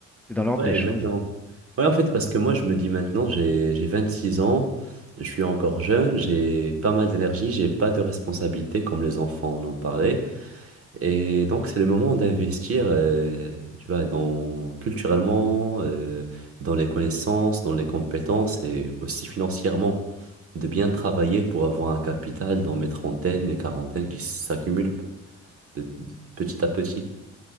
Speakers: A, in the centre; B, on the right (about 50°).
A: c'est dans l'ordre
B: ouais,
A: des choses.
B: exactement. Ouais, en fait, parce que moi, je me dis maintenant, j'ai, j'ai 26 ans, je suis encore jeune, j'ai pas mal d'énergie, j'ai pas de responsabilité comme les enfants on en parlait. Et donc, c'est le moment d'investir, euh, tu vois, dans, culturellement, euh, dans les connaissances, dans les compétences et aussi financièrement, de bien travailler pour avoir un capital dans mes trentaines, mes quarantaines qui s'accumulent pe- de- de- petit à petit.